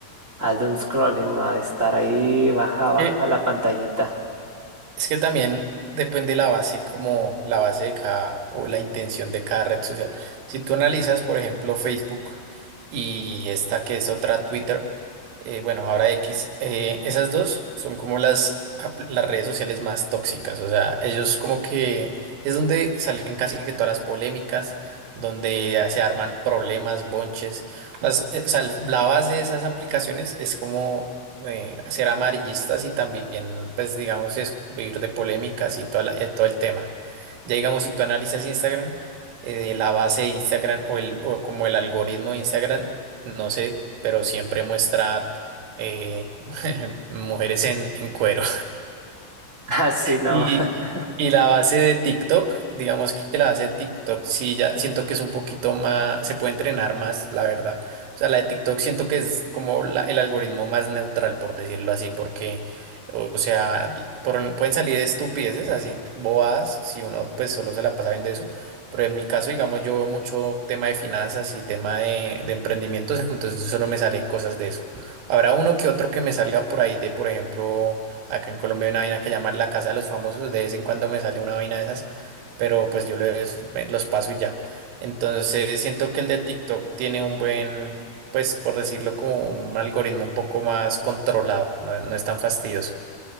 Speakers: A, on the right; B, on the right.
A: al doom scrolling, ¿no? A estar ahí, baja, baja
B: Eh,
A: la pantallita. <laughs>
B: Es que también depende la base, como la base de cada o la intención de cada red social. Si tú analizas, por ejemplo, Facebook y esta que es otra Twitter, eh, bueno, ahora X, eh, esas dos son como las, apl- las redes sociales más tóxicas. O sea, ellos como que es donde salen casi que todas las polémicas, donde se arman problemas, bonches. Las- eh, o sea, el- la base de esas aplicaciones es como eh, ser amarillistas y también, pues, digamos, es vivir de polémicas y toda la- eh, todo el tema. Ya digamos, si tú analizas Instagram, eh, la base de Instagram o, el, o como el algoritmo de Instagram, no sé, pero siempre muestra eh, <laughs> mujeres en, en cuero.
A: Ah, sí, no.
B: Y,
A: <laughs>
B: y la base de TikTok, digamos que la base de TikTok sí ya siento que es un poquito más, se puede entrenar más, la verdad. O sea, la de TikTok siento que es como la- el algoritmo más neutral, por decirlo así, porque, o o sea, por- pueden salir estupideces así bobadas si uno pues solo se la pasa viendo eso. Pero en mi caso, digamos, yo veo mucho tema de finanzas y tema de, de emprendimientos, entonces solo me sale cosas de eso. Habrá uno que otro que me salga por ahí de, por ejemplo Acá en Colombia hay una vaina que llaman la casa de los famosos. De vez en cuando me sale una vaina de esas, pero pues yo los, me- los paso y ya. Entonces siento que el de TikTok tiene un buen, pues por decirlo como un algoritmo un poco más controlado. No, no es tan fastidioso.